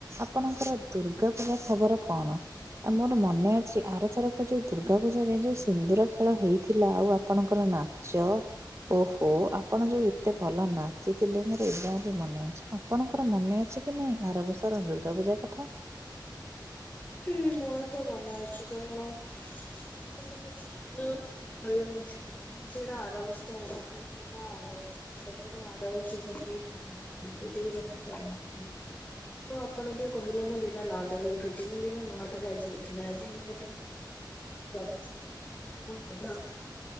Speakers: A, on the right; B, on the left.
A: ଆପଣଙ୍କର ଦୁର୍ଗା ଥିବା ଖବର କଣ? ଆ ମୋର ମନେ ଅଛି ଆରଥରକ ଯୋଉ ଦୁର୍ଗା ପୂଜାରେ ଯୋଉ ସିନ୍ଦୁର ଖେଳ ହେଇଥିଲା ଆଉ ଆପଣଙ୍କର ନାଚ ଓହୋ ଆପଣ ଯୋଉ ଏତେ ଭଲ ନାଚିଥିଲେ ମୋର ଏା ବି ମନେ ଅଛି। ଆପଣଙ୍କର ମନେ ଅଛି କି ନାଇଁ ଆର ବର୍ଷର ଦୁର୍ଗା ପୂଜା କଥା।
B: ହୁଁ ମୋର ତ ମନେ ଅଛି। କାରଣ ଆର ସେଇ ଫତ ବି ମଧ୍ୟ। ମ ସେଇଟା ଆର ବସ୍ତା ହେ ଏଥିଲା ସେଇା ତ ଆର ପଟା ଆର ବର୍ଷ। ଯୋଉ ରଙ୍ଗ କରିନଥିଲି ଆଉ ଆପଣ ଯୋଉ କହିଲେ ମୁଁ ଦିନ ନଅଟାରେ ଉଠୁ ଆଜି ମୁଁ ଦିନ ନଅଟାରେ ଆଜି ଉଠିନ ଆଜି ମୁଁ ଉଠି <unintelligible>